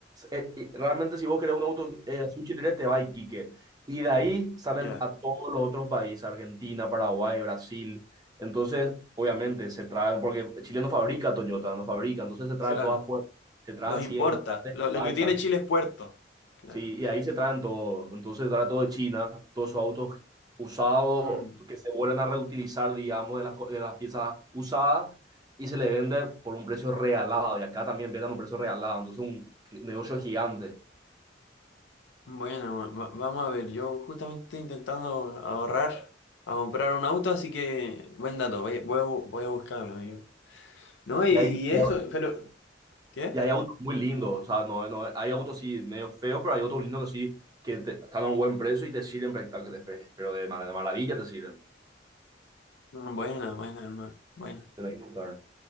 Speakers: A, on the right; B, on the left.
A: eh, y realmente si vos querés un auto eh, azul chileno, te va a Iquique. Y de ahí salen
B: ya,
A: a todos los otros países, Argentina, Paraguay, Brasil. Entonces, obviamente, se traen, porque Chile no fabrica Toyota, no fabrica, entonces se trae
B: claro.
A: todo afuera, se trae
B: Los
A: así
B: importa.
A: en grandes
B: Lo, lo
A: balsas.
B: que tiene Chile es puerto. Claro.
A: Sí, y ahí se traen todo. Entonces trae todo de China, todos sus autos usados
B: Mm.
A: que se vuelven a reutilizar, digamos, de las, co- de las piezas usadas y se le vende por un precio regalado. Y acá también venden a un precio regalado. Entonces un negocio gigante.
B: Bueno, va- vamos a ver. Yo justamente estoy intentando ahorrar a comprar un auto, así que buen dato. Voy, voy, a bu- voy a buscarlo, amigo. No, y,
A: Y
B: y
A: hay, y
B: eso,
A: hay
B: pero... ¿Qué?
A: y hay autos muy lindos. O sea, no, no, hay autos sí medio feos, pero hay autos lindos que sí que te- están a un buen precio y te sirven prácticamente, pero de, ma- de maravilla te sirven.
B: Mm, Buena, buena, hermano. Buena.
A: Tenés que buscar.